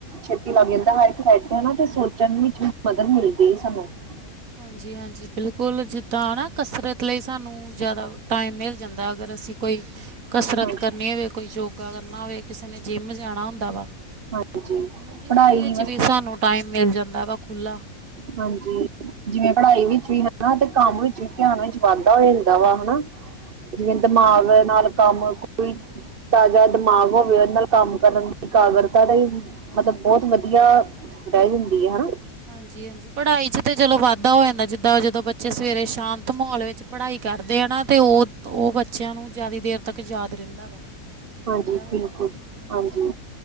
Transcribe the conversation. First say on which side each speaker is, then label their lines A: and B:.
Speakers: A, on the right; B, on the right.
A: ਛੇਤੀ ਲੱਗ ਜਾਂਦਾ ਹਰ ਇੱਕ ਸਾਈਡ ਤੇ ਹੈਨਾ ਤੇ ਸੋਚਣ ਵਿੱਚ ਵੀ ਮਦਦ ਮਿਲਦੀ ਸਾਨੂੰ <unintelligible>
B: ਹਾਂਜੀ ਹਾਂਜੀ ਬਿਲਕੁਲ ਜਿੱਦਾਂ ਨਾ ਕਸਰਤ ਲਈ ਸਾਨੂੰ ਜ਼ਿਆਦਾ ਟਾਈਮ ਮਿਲ ਜਾਂਦਾ ਅਗਰ ਅਸੀਂ ਕੋਈ ਕਸਰਤ
A: ਹਾਂਜੀ
B: ਕਰਨੀ ਹੋਵੇ ਕੋਈ ਯੋਗਾ ਕਰਨਾ ਹੋਵੇ ਕਿਸੇ ਨੇ ਜਿੰਮ ਜਾਣਾ ਹੁੰਦਾ ਵਾ ਹੈ
A: ਹਾਂਜੀ
B: ਨਾ ਜੀ
A: ਪੜ੍ਹਾਈ
B: ਉਹਦੇ ਵਿੱਚ
A: ਵਾਸਤੇ
B: ਵੀ ਸਾਨੂੰ ਟਾਈਮ ਮਿਲ ਜਾਂਦਾ ਵਾ ਖੁੱਲ੍ਹਾ
A: ਹਾਂਜੀ ਜਿਵੇਂ ਪੜ੍ਹਾਈ
B: ਹਾਂਜੀ
A: ਵਿੱਚ ਵੀ ਹੈ ਨਾ ਤੇ ਕੰਮ ਵਿੱਚ ਧਿਆਨ ਵਿੱਚ ਵਾਧਾ ਹੋ ਜਾਂਦਾ ਵਾ ਹੈਨਾ ਜਿਵੇਂ
B: ਹਾਂਜੀ
A: ਦਿਮਾਗ ਨਾਲ ਕੰਮ ਕੋਈ ਤਾਜ਼ਾ ਦਿਮਾਗ ਹੋਵੇ ਉਹਦੇ ਨਾਲ ਕੰਮ ਕਰਨ ਦੀ ਕਾਗਰਤਾ ਦਾ ਹੀ ਮਤਲਬ ਬਹੁਤ ਵਧੀਆ ਬਹਿ ਜਾਂਦੀ ਹੈ ਹੈਨਾ
B: ਹਾਂਜੀ ਹਾਂਜੀ ਪੜ੍ਹਾਈ ਚ ਤੇ ਚਲੋ ਵਾਧਾ ਹੋ ਜਾਂਦਾ ਜਿੱਦਾਂ ਜਦੋਂ ਬੱਚੇ ਸਵੇਰੇ ਸ਼ਾਂਤ ਮਾਹੌਲ ਵਿੱਚ ਪੜ੍ਹਾਈ ਕਰਦੇ ਆ ਨਾ ਤੇ ਉਹ ਉਹ ਬੱਚਿਆਂ ਨੂੰ ਜ਼ਿਆਦਾ ਦੇਰ ਤੱਕ ਯਾਦ ਰਹਿੰਦਾ ਵਾ।
A: ਹਾਂਜੀ,
B: ਪੜ੍ਹਿਆ ਹੋਇਆ
A: ਬਿਲਕੁਲ,
B: ਹੈ ਨਾ
A: ਹਾਂਜੀ।
B: ਜੀ